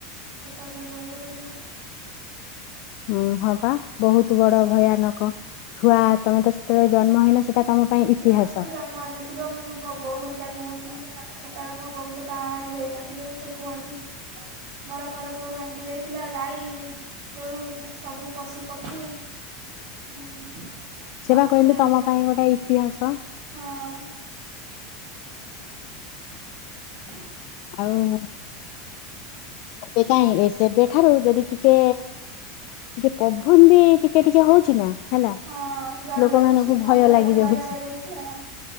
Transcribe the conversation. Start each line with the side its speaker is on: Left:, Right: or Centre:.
Right: ସତର୍କ ହେଇ ରହିବାକୁ ପଡିବ।
Left: ହଁ ହଁପା ବୋହୁତ ବଡ ଭୟାନକ ଛୁଆ ତମେ ତ ସେତେବେଳେ ଜନ୍ମହଇନ ସେଟା ତମ ପାଇଁ ଇତିହାସ
Right: ହଁ ଆମେ ତ ଜନ୍ମ ହେଇନଥିଲୁ ଆମ କୁ ମୋ ବୋଉ ହରିକା କୁହନ୍ତି ସେତେବେଳେ ମୋ ବୋଉ ତ ବାହା ବି ହେଇନଥିଲେ ସେ ସେ କୁହନ୍ତି ଘର ଫର ସବୁ ଭାଙ୍ଗି ଯାଇଥିଲା ଗାଈ ଗୋରୁ ସବୁ ପଶୁ ପକ୍ଷୀ ହୁଁ
Left: ସେଇବା
Right: ସମସ୍ତେ
Left: କହିଲି ତମ ପାଇଁ ଗୋଟେ ଇତିହାସ
Right: ହଁ ହୁଁ
Left: ଆଉ ସେପାଇଁ ସେବେଠାରୁ ଯଦି ଟିକେ ଟିକେ ପବନ ବି ଟିକେ ଟିକେ ହୋଉଚି ନା? ହେଲା
Right: ହଁ ଡର
Left: ଲୋକମାନଙ୍କୁ
Right: ଲାଗୁଛି ମନରେ
Left: ଭୟ
Right: ଗୋଟେ
Left: ଲାଗି
Right: ଭୟ
Left: ଯାଉଚି।
Right: ରହିଯାଇଛି ନା